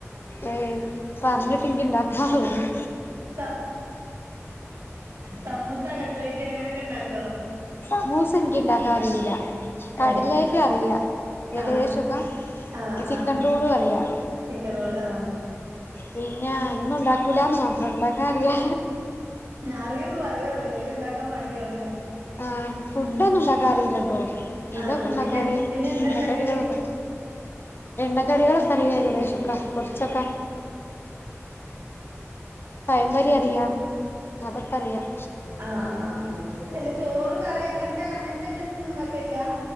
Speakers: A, on the left; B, on the right.
A: ഏഹ് പറഞ്ഞിട്ട് ഇന്ക്കി ഇണ്ടാക്കാൻ തോന്ന്ന്ന്
B: സ സമൂസ കട്ലൈറ്റ് അങ്ങനൊക്കെ ഇണ്ടാക്കോ
A: സമൂസ ഇനിക്ക് ഇണ്ടാക്കാൻ അറീല്ല കട്ലേറ്റ്
B: ഏ
A: അറിയാം ഏകദേശൊക്കെ
B: ആ ആ
A: ഈ ചിക്കൻ
B: ആ
A: റോളും അറിയാം
B: ചിക്കൻ റോൾ ആ
A: പിന്നെ ഒന്നും ഇണ്ടാക്കൂലാന്ന് മാത്രം ഇണ്ടാക്കാൻ അറിയാ
B: അറിയുന്ന് പറയുഒള്ളൂ ല്ലേ എല്ലം ഇണ്ടാക്കാൻ മടി ആവുംല്ലേ
A: ആഹ് ഫുഡ് ഒന്നും ഇണ്ടാക്കാൻ അറിയില്ലട്ടോ ഇതൊക്കെ
B: ആ
A: ഇണ്ടാക്ക
B: പിന്നെ
A: അറിയാം
B: പിന്നെ എന്താ
A: എണ്ണക്കടികൾ
B: ഉണ്ടാക്കല്
A: ഒക്കെ എണ്ണക്കടികൾ ഒക്കെ അറിയാം ഏകദേശം ഒക്ക കൊർച്ചൊക്കെ പഴംപൊരി അറിയാം അതൊക്കെ അറിയാം
B: ആഹ് ആഹ് ചെല ചോറ് കറി അങ്ങൻത്തെ അങ്ങൻത്തെ ഐറ്റംസ് ഒന്നുംണ്ടാക്കല്ലാ